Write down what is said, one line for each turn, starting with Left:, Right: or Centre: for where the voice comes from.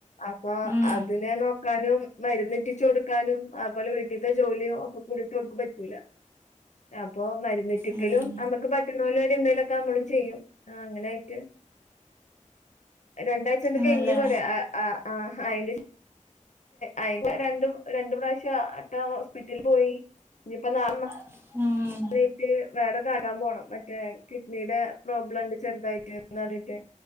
Left: അപ്പൊ
Right: ഉം
Left: അതിനെ നോക്കാനും മരുന്നെട്ടിച്ചു കൊടുക്കാനും അപോലെ വീട്ടിലത്തെ ജോലിയും ഒക്കെ കുടിട്ട് അവക്ക് പറ്റൂല അപ്പൊ മരുന്ന് ഒറ്റരിക്കലും
Right: ഉം
Left: നമ്മുക്ക് പറ്റുന്ന പോലര് എന്തെലുമൊക്കെ നമ്മളും ചെയ്യും അങ്ങനൊയിട്ട് രണ്ടാഴ്ച എണ്ട്
Right: ആണല്ലേ
Left: കഴഞ്ഞി പറയാ ആഹ്ആഹ് ആഹ് അന്റെ അയിൻ്റെ രണ്ട് രണ്ടു പ്രാവശ്യം അട്ട ഹോസ്പിറ്റലിൽ പോയി ഇനിപ്പോ നാ
Right: ഉം
Left: നറ്റ് വേറെ കട്ടാൻ പോകണം മറ്റേ കിഡ്നിയുടെ പ്രോബ്ലം ഉണ്ട് ചെറുതായിട്ട്ന്ന് പറഞ്ഞട്ട്